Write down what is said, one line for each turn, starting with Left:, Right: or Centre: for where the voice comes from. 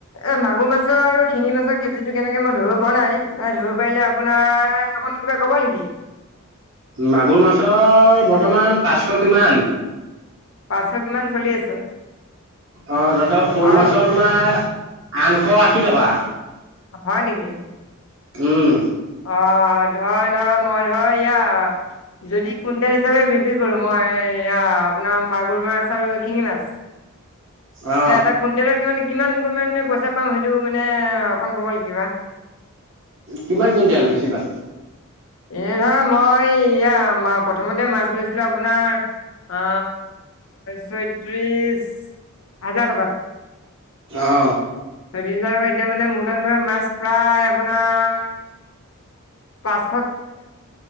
Left: এ মাগুৰ মাছৰ আৰু শিঙি মাছৰ কেজিটো কেনেকে মই ধৰিব পৰা নাই। অ ধৰিব পাৰিলে আপোনাৰ অকন কিবা কব নেকি?
Right: মাগুৰ মাছৰ বৰ্তমান পাঁচশ কিমান?
Left: পাঁচশ কিমান চলি আছে?
Right: অ দাদক শ'ল
Left: আৰু
Right: মাছৰ তোমাৰ আঠশ আশী টকা।
Left: হয় নেকি?
Right: উম।
Left: অ ধৰ ধৰ মই ধৰ ইয়া যদি কুইণ্টেল হিচাপে বিক্ৰী কি কৰো মই এয়া আপোনাৰ মাগুৰ মাছ আৰু শিঙি মাছ।
Right: অ
Left: এ এটা কুইণ্টেলৰ কিমান নে কিমান কিমান পইচা পাম সেইটো মানে অকণ ক'ব নি কিবা?
Right: কিমান কুইণ্টেল বেছিবা?
Left: এনে ধৰ মই ইয়া প্ৰথমতে মাছ লৈছিলোঁ আপোনাৰ আ ছয়ত্ৰিশ হাজাৰ টকাত।
Right: অ
Left: ছয়ত্ৰিশ হা এতিয়া মানে মোৰটাত মাছ প্ৰায় আপোনাৰ পাচ